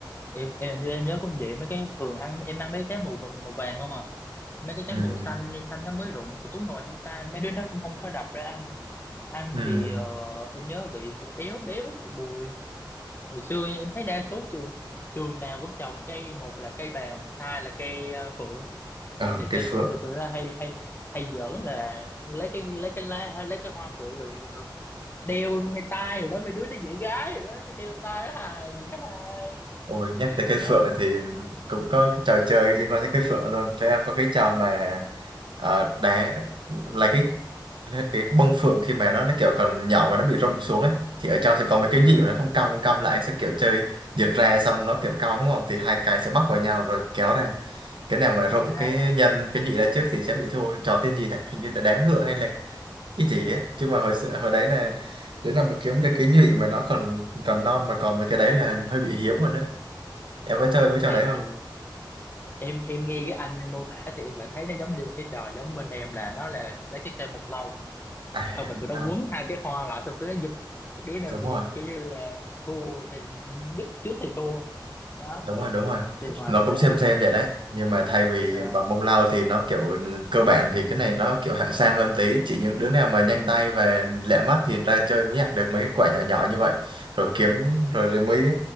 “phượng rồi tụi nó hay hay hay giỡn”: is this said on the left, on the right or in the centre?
Left